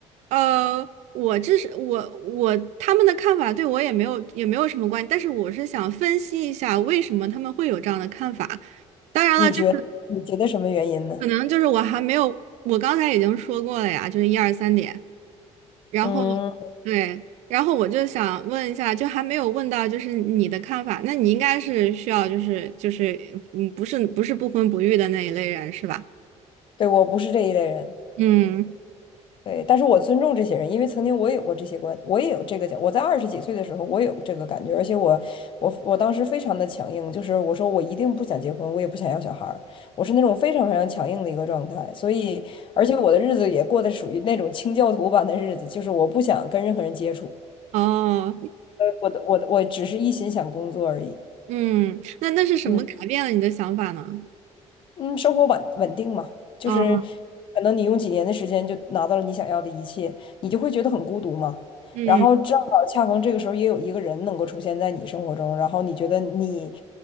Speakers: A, on the right; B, on the left.
A: 呃，我这是我我他们的看法对我也没有也没有什么关系，但是我是想分析一下为什么他们会有这样的看法。当然了，
B: 你觉得你觉得什么原因呢？
A: 就是。可能就是我还没有，我刚才已经说过了呀，就是一二三点，然后
B: 嗯，
A: 对，然后我就想问一下，就还没有问到就是你的看法，那你应该是需要就是就是嗯，不是不是不婚不育的那一类人是吧？
B: 对，我不是这一类人。
A: 嗯，
B: 对，但是我尊重这些人，因为曾经我也有过这些观，我也有这个讲。我在二十几岁的时候，我也有这个感觉，而且我，我，我当时非常的强硬，就是我说我一定不想结婚，我也不想要小孩儿，我是那种非常非常强硬的一个状态。所以，而且我的日子也过得属于那种清教徒般的日子，就是我不想跟任何人接触，
A: 哦，
B: 我的，我的，我只是一心想工作而已。
A: 嗯，那那是什么改变了你的想法呢？
B: 嗯，嗯，生活稳稳定嘛，就是
A: 哦，
B: 可能你用几年的时间就拿到了你想要的一切，你就会觉得很孤独嘛。
A: 嗯
B: 然后正好恰逢这个时候也有一个人能够出现在你生活中，然后你觉得你